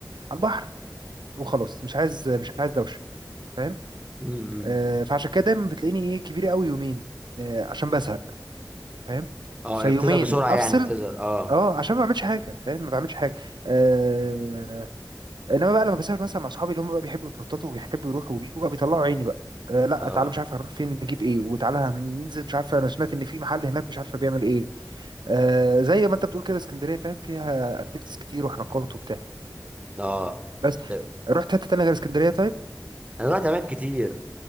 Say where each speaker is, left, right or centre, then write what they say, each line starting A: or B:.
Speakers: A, on the right; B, on the right.
A: على البحر وخلاص مش عايز مش عايز دوشه فاهم
B: امم
A: آه، فعشان كده دايما بتلاقيني ايه كبير قوي يومين آه، عشان بزهق فاهم
B: اه
A: فيومين
B: يا بتزهق بسرعه
A: افصل
B: يعني بتزهق اه
A: اه عشان ما بعملش حاجه فاهم ما بعملش حاجه آه انما بقى لما بسافر مثلا مع اصحابي اللي هم بقى بيحبوا يتنططوا وبيحبوا يروحوا وبيجوا بقى بيطلعوا عيني بقى آه لا
B: اه
A: تعالى مش عارف هنروح فين نجيب ايه وتعالى هننزل مش عارفه انا سمعت ان في محل هناك مش عارفه بيعمل ايه آه زي ما انت بتقول كده اسكندريه فاهم فيها اكتيفيتيز كتير وحركات وبتاع
B: اه
A: بس
B: طب
A: رحت حته تانيه غير اسكندريه طيب
B: انا رحت اماكن كتير